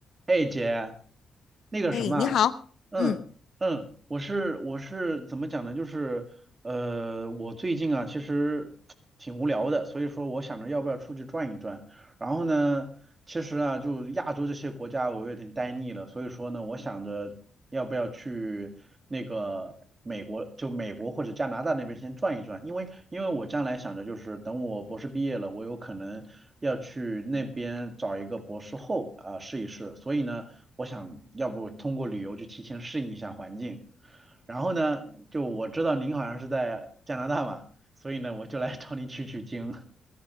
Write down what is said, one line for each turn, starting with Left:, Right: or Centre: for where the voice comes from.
Right: 哎姐，那个什么啊
Left: 哎，你好，
Right: 嗯嗯，
Left: 嗯，
Right: 我是我是怎么讲呢？就是呃，我最近啊其实挺无聊的，所以说我想着要不要出去转一转。然后呢，其实啊就亚洲这些国家我有点呆腻了，所以说呢，我想着要不要去那个美国，就美国或者加拿大那边先转一转，因为因为我将来想着就是等我博士毕业了，我有可能要去那边找一个博士后啊、试一试，所以呢。我想要不通过旅游去提前适应一下环境。然后呢，就我知道您好像是在加拿大嘛，所以呢，我就来找你取取经。